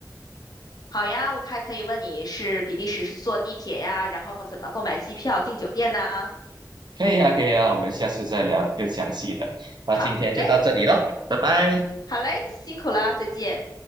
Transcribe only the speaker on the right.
可以啊，可以啊，我们下次再聊更详细的。那今天就到这里了，
拜拜。